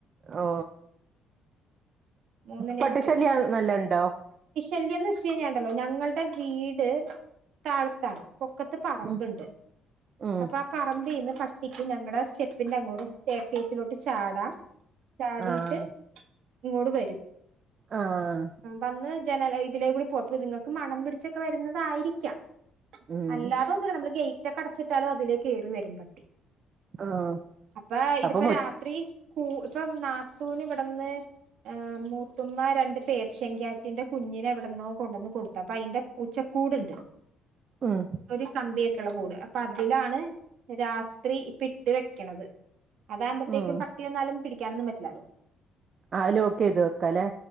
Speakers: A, on the right (about 40°); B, on the right (about 70°).
A: ഓ
B: മൂന്നിനേം
A: പട്ടി ശല്യം നല്ല ഉണ്ടോ
B: ന്ന് വ കഴിഞ്ഞാണ്ടല്ലോ ഞങ്ങളുടെ വീട് താഴത്താണ് പൊക്കത്ത് പറമ്പുണ്ട്
A: ഉം ഉം
B: അപ്പൊ ആ പറമ്പ്ന്ന് പ ഇക്കും ഞങ്ങടെ സ്റ്റെപ്പിന്റെ അങ്ങോടും സ്റ്റെർകേസിലോട്ട് ചാടാം ചാടിട്ട്
A: ആഹ്
B: ഇങ്ങോട് വരും
A: ആഹ്
B: വന്ന് ജനല ഇതിലെ കൂടി പോയപ്പോ ഇത്ങ്ങെക്ക് മണം പിടിച്ചൊക്കെ വെരുന്നതായിരിക്കാം
A: ഉം
B: അല്ലാതെ ഒന്നുല്ല നമ്മെൾ കെഴി ഒറ്റക്ക് അട്ച്ചിട്ടാലും അതിലേക്ക് കേറി വെരും പട്ടി
A: ആഹ്
B: അപ്പോ ഇതിപ്പൊ
A: അപ്പൊ മു
B: രാത്രി കു ഇപ്പം നാത്തൂന് ഇവട്ന്ന് ഏഹ് മൂ ത്തുമ്മാ രണ്ട് പേർഷ്യൻ ക്യാറ്റിന്റെ കുഞ്ഞിനെ എവിടെന്നോ കൊണ്ടുവന്ന് കൊടുത്തു അപ്പൊ അയ്ന്റെ പൂച്ചക്കൂടുണ്ട്
A: ഉം
B: ഒരു കമ്പിയെ ട്ടികളെ കൂടെയാ പ്പ അതിലാണ് രാ ത്രി ഇപ്പ ഇട്ട് വെക്ക്ണത് അതാമ്പത്തേക്കും
A: ഉം
B: പട്ടി വന്നാലും പിടിക്കാനൊന്നും പറ്റ ല്ലാലോ
A: ആ അത് ലോക്ക് ചെയ്ത് വെക്കല്ലേ